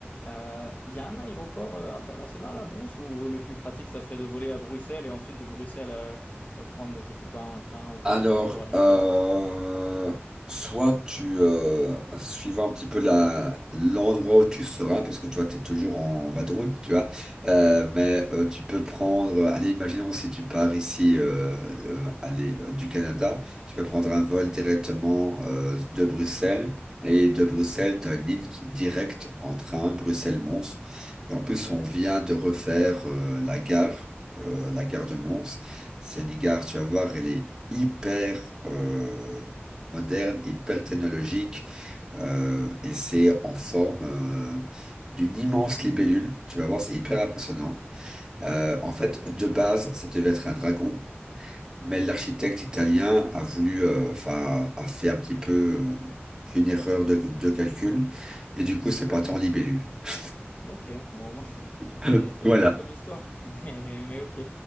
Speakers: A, on the left (about 40°); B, on the right (about 15°).
A: Euh, Il y a un aéroport euh, international à Mons ou le plus pratique, ça serait de voler à Bruxelles et ensuite de Bruxelles euh, euh, prendre, je sais pas, un train ou quoi
B: Alors,
A: que ce soit pour aller jusqu'à
B: euh,
A: Mons?
B: soit tu, euh, suivant un petit peu la, l'endroit où tu seras, parce que toi, tu es toujours en vadrouille, tu vois, euh, mais euh, tu peux prendre, allez, imaginons si tu pars ici, euh, euh, allez, euh, du Canada, tu peux prendre un vol directement euh, de Bruxelles, et de Bruxelles, tu as une ligne qui- directe en train, Bruxelles-Mons, et en plus, on vient de refaire euh, la gare, euh, la gare de Mons. Cette gare, tu vas voir, elle est hyper euh, moderne, hyper technologique, euh, et c'est en forme euh, d'une immense libellule. Tu vas voir, c'est hyper impressionnant. Euh, en fait, de base, ça devait être un dragon, mais l'architecte italien a voulu, euh, enfin, a fait un petit peu euh, une erreur de, de calcul, et du coup, c'est parti en libellule. <coughs>
A: Ok, bon, bon, <laughs>
B: <laughs>
A: c'est c'est
B: Voilà.
A: marrant comme histoire, <laughs> mais, mais ok.